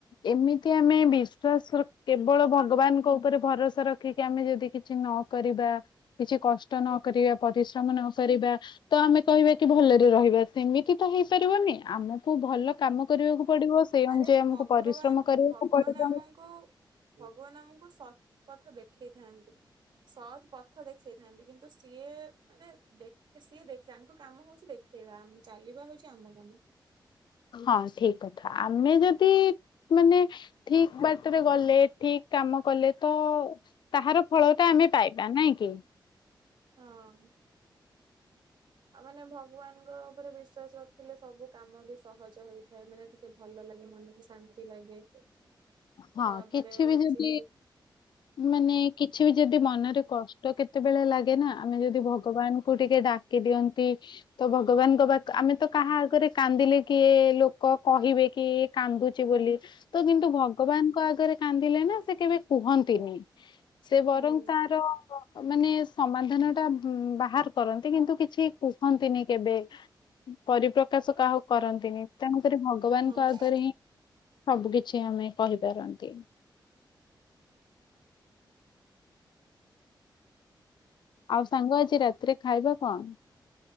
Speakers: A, on the left (about 65°); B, on the right (about 65°).
A: ଏମିତି ଆମେ ବିଶ୍ଵାସ କେବଳ ଭଗବାନଙ୍କ ଉପରେ ଭରସା ରଖିକି ଆମେ ଯଦି କିଛି ନ କରିବା କିଛି କଷ୍ଟ ନକରିବା ପରିଶ୍ରମ ନକରିବା ତ ଆମେ କହିବା କି ଭଲରେ ରହିବା ସେମିତି ତ ହେଇପାରିବନି ଆମକୁୁ ଭଲ କାମ କରିବାକୁ ପଡିବ ସେଇ
B: ଆରେ
A: ଅନୁଯାୟୀ ଆମକୁ
B: ଭଗବାନ
A: ପରିଶ୍ରମ କରିବାକୁ
B: ଭଗବାନ
A: ପଡିବ।
B: ଆମକୁ ଭଗବାନ ଆମକୁ ସତପଥ ଦେଖେଇ ଥାନ୍ତି। ସତପଥ ଦେଖେଇଥାନ୍ତି କିନ୍ତୁ ସିଏ ମାନେ ଦେଖେ ସିଏ ଦେଖ ତାଙ୍କ କାମ ହଉଛି ଦେଖେଇବା ଆମ ଚାଲିବା ହଉଛି ଆମ କାମ।
A: ହଁ ଠିକ କଥା। ଆମେ ଯଦି ମାନେ ଠିକ ବାଟରେ ଗଲେ ଠିକ କାମ କଲେ ତ ତାହାର ଫଳ ଟା ଆମେ ପାଇବା ନାଇଁ କି।
B: ହଁ। ଆଉ ମାନେ ଭଗବାନଙ୍କ ଉପରେ ବିଶ୍ଵାସ ରଖିଲେ ସବୁ କାମ ବି ସହଜ ହେଇଥାଏ ମାନେ ଟିକେ ଭଲ ଲାଗେ ମନକୁ ଶାନ୍ତି ଲାଗେ।
A: ହଁ
B: ତାପରେ
A: କିଛି
B: ହଉଛି
A: ବି ଯଦି ମାନେ କିଛି ବି ଯଦି ମନରେ କଷ୍ଟ କେତେବେଳେ ଲାଗେନା ଆମେ ଯଦି ଭଗବାନଙ୍କୁ ଟିକେ ଡା କି ଦିଅନ୍ତି ତ ଭଗବାନଙ୍କ ପା ଆମେ ତ କାହା ଆଗରେ କାନ୍ଦିଲେ କିଏ ଲୋକ କହିବେ କି କାନ୍ଦୁଛି ବୋଲି ତ କିନ୍ତୁ ଭ ଭଗବାନଙ୍କ ଆଗରେ କାନ୍ଦିଲେ ନା ସେ କେବେ କୁହନ୍ତିନି ସେ ବରଂ
B: ହୁଁ
A: ତାର ମାନେ ସମାଧାନ ଟା ବାହାର କରନ୍ତି କିନ୍ତୁ କିଛି କୁହନ୍ତିନି କେବେ। ପରିପ୍ରକାଶ କାହାକୁ କରନ୍ତିନି ତେଣୁକରି ଭଗବାନଙ୍କ
B: ହଁ।
A: ଆଗରେ ହିଁ ସବୁ କିଛି ଆମେ କହିପାରନ୍ତି। ଆଉ ସାଙ୍ଗ ଆଜି ରାତିରେ ଖାଇବା କଣ?